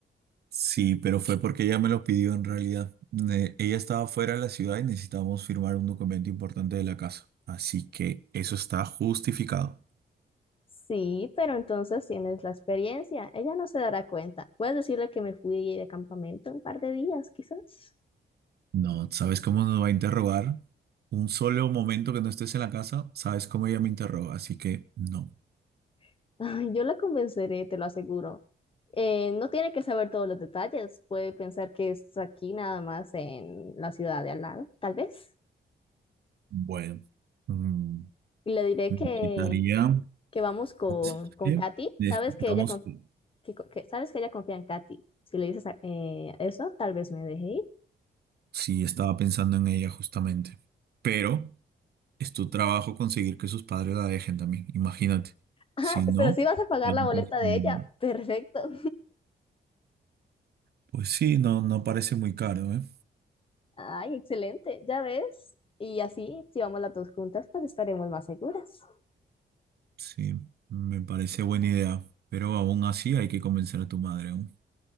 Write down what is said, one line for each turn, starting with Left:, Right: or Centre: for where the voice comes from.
Right: Sí, pero fue porque ella me lo pidió en realidad. Ne- ella estaba fuera de la ciudad y necesitábamos firmar un documento importante de la casa. Así que eso está justificado.
Left: Sí, pero entonces tienes la experiencia. Ella no se dará cuenta. Puedes decirle que me fui de campamento un par de días, quizás.
Right: No, ¿sabes cómo nos va a interrogar? Un solo momento que no estés en la casa, sabes cómo ella me interroga. Así que no.
Left: <laughs> Ay, yo la convenceré, te lo aseguro. Eh, no tiene que saber todos los detalles. Puede pensar que es aquí nada más en la ciudad de al lado, tal vez.
Right: Bueno, mm,
Left: Y le diré
Right: necesitaría.
Left: que, que vamos con,
Right: ¿Sabes
Left: con
Right: qué?
Left: Katy.
Right: Necesitamos
Left: Sabes que ella, con-
Right: que...
Left: que, que- sabes que ella confía en Katy. Si le dices a- eh, eso, tal vez me deje ir. <laughs>
Right: Sí, estaba pensando en ella justamente. Pero es tu trabajo conseguir que sus padres la dejen también, imagínate.
Left: Ajá,
Right: Si no,
Left: pero sí vas a pagar
Right: yo
Left: la
Right: no
Left: boleta
Right: pienso
Left: de
Right: en ir,
Left: ella.
Right: ¿no?
Left: Perfecto.
Right: Pues sí, no, no parece muy caro, ¿eh?
Left: Ay, excelente, ya ves. Y así, si vamos las dos juntas, pues estaremos más seguras.
Right: Sí, me parece buena idea. Pero aún así hay que convencer a tu madre aún.